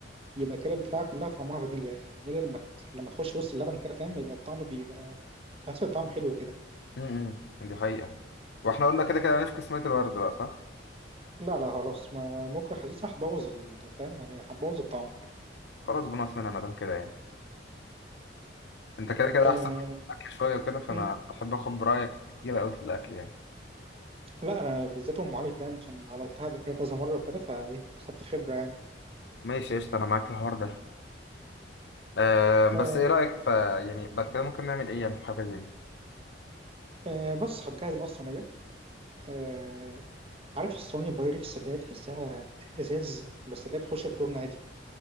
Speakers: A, on the right; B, on the left.
A: يبقى كده البتاعة كلها طعمها فانيليا الفانيليا لما ت- لما تخش وسط اللبن كده فاهم يبقى الطعم بيبقى تحس الطعم حلو كده
B: امم دي حقيقة واحنا قلنا كده كده هنفكس مية الورد بقى صح؟
A: لا لا خلاص ما ممكن حاسسها هتبوظ ال- فاهم يعني هتبوظ الطعم
B: خلاص بنقص منها مادام كده يعني انت كده كده
A: آه...
B: احسن مني في الاكل شوية وكده فانا
A: مم.
B: بحب اخد برأيك كتير قوي في الاكل يعني
A: لا انا بالذات ام علي فاهم عشان عملتها قبل كده كذا مرة كده فايه اخدت خبرة يعني
B: ماشي قشطة انا معاك في الحوار ده أه بس
A: آه...
B: ايه رأيك ف يعني بعد كده ممكن نعمل ايه يعني في حاجة زي دي؟
A: آه... بس هتجهز بقى الصينية آه، عارف الصواني بايركس اللي هي تحسها ازاز بس اللي هي بتخش الفرن عادي